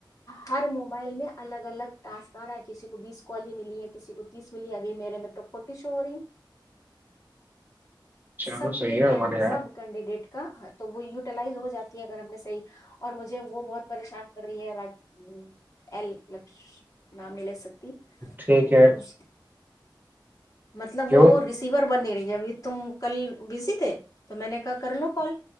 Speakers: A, on the left (about 45°); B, on the right (about 25°).
A: ہر موبائل میں الگ الگ ٹاسک آ رہا ہے کسی کو بیس کال ہی ملی ہے کسی کو تیس ملی ہے ابھی میرے میں ٹپ فورٹی شو ہو رہی
B: چلو
A: سب
B: صحیح
A: کے
B: ہے ہمارے یار
A: سب کینڈیڈیٹ کا ہھ تو وہ یوٹیلائز ہو جاتی ہے اگر ہم نے صحیح اور مجھے وہ بہت پریشان کر رہی ہے ہ ای ل نامل <unintelligible> ستی
B: ٹھیک ہے
A: اس مطلب
B: کیوں
A: وہ ریسیور بننے رہی ابھی تم کل بزی تھے تو میں نے کہا کر لو کال